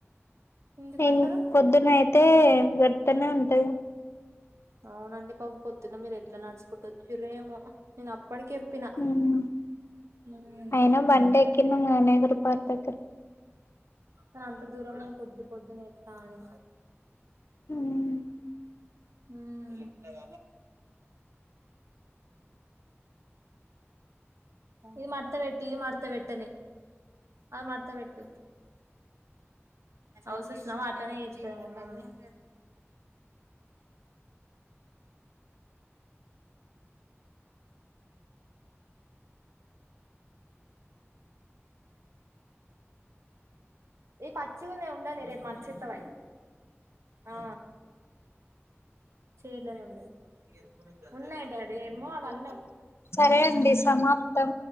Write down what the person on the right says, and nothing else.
ఎందుకంటారు
అవునండి పం పొద్దున్న మీరు ఎట్లా నడుచుకుంటువచ్చిరోమో నేను అ అప్పడికేప్పినా
హు
కానీ అంత దూరమైన పొద్దు పొద్దున ఎట్లా అని
ఉమ్ <unintelligible> ఇది మడత పెట్టి ఇది మడత పెట్టలే అది మడత పెట్టు ఔచూసినవా అట్టనే చేస్తాది మా మమ్మీ <inaudible> ఈ పచ్చిగ ఉన్నాయి ఉండనీ రేప్ మచ్చతవై ఆ చేయలేని ఉండదు ఉన్నాయి డాడీ ఏమో అవన్